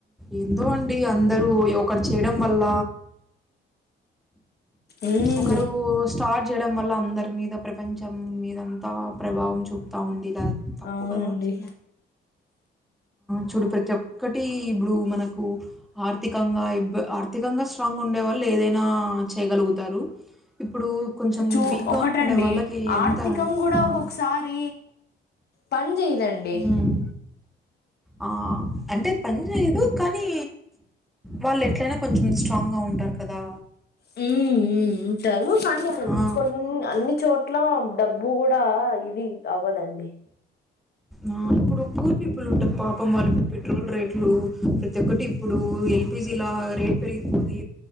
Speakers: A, in the centre; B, on the left (about 55°).
A: ఏందో అండి అందరుూ ఒకరు చేయడం వల్ల
B: ఉమ్
A: ఒకరు స్టార్ట్ చేయడం వల్ల అందరి మీద ప్రపంచం మీద అంతా ప్రభావం చూపుతా ఉంది ఇలా తప్పు
B: అవునండి
A: కదా చాలా చూడు ప్రతి ఒక్క ఒకటి ఇప్పుడు మనకు ఆర్థికంగా ఇబ్బ ఆర్థికంగా స్ట్రాంగ్ ఉండేవాళ్ళు ఏదైనా చేయగలుగుతారు ఇప్పుడు కొంచెం
B: చూ
A: వీక్గా
B: ఒకటండి
A: ఉండే వాళ్ళకి
B: ఆర్థికం
A: ఎంత
B: కూడా
A: ఆ,
B: ఒకొక్కసారి పని చేయదండి
A: మ్మ్, ఆ అంటే పని చేయదు కానీ వాళ్ళు ఎట్లయినా కొంచెం స్ట్రాంగ్ గా ఉంటారు కదా
B: హ్మ్ హ్మ్ ఉంటారు కానీ
A: ఆ,
B: కొన్ని అన్ని చోట్ల డబ్బు గూ డ ఇది అవ్వదండి
A: ఆ ఇప్పుడు పూర్ పీపుల్ ఉంటరు పాపం వాళ్ళ పెట్రోల్ రేట్లు ప్రతి ఒక్కటి ఇప్పుడు ఎల్పిజీ లా రేట్ పెరిగిపోది